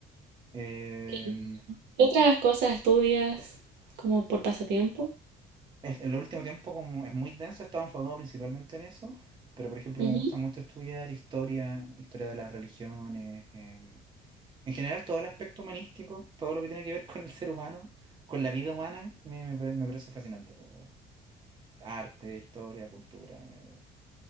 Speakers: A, on the right; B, on the right.
A: Eh,
B: ¿Qué otras cosas estudias como por pasatiempo?
A: es- en el último tiempo, como es muy denso, he estado enfocado principalmente en eso, pero por ejemplo
B: Ujú.
A: me gusta mucho estudiar historia, historia de las religiones. em, En general, todo el aspecto humanístico, todo lo que tiene que ver con el ser humano, con la vida humana, me, me pare- me parece fascinante. Como arte, historia, cultura, me,